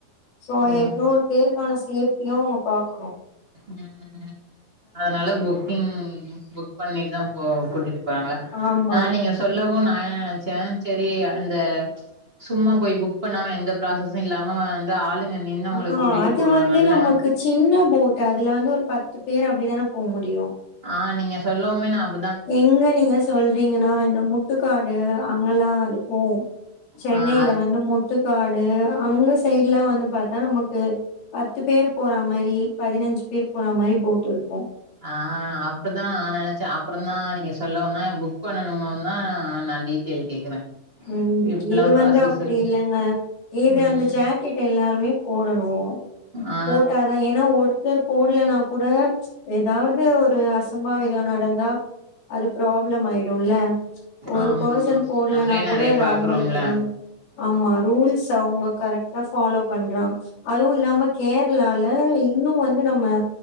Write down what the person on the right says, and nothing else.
ம்
ம் அதனால புக்கிங் புக் பண்ணிட்டு தான் போ கூட்டிட்டு போறாங்களா
நா நீங்க சொல்லவு நா ஏ நச்சே சேரி அ அந்த சும்மா போய் புக் பண்ணாம எந்த ப்ராசசும் இல்லாம வந்து ஆளுங்க நின்னவங்கள
கூட்டிட்டு
போவாங்கல்ல
ஆ நீங்க சொல்லோமே நா அப்
ஆ அது
ஆ அப்பதா நெனச்சாப்புல னா நீங்க சொல்லோன்னா ஏன் புக் பண்ண பண்ணனுன்னா நா டீட்டெய்ல் கேக்குறே
இப்டிலா
ப்ராசஸ்
இருக்கு
ம்
ஆ
ஆமா
ஆமா
நம்ளே
நெறைய பாக்குறோம்ல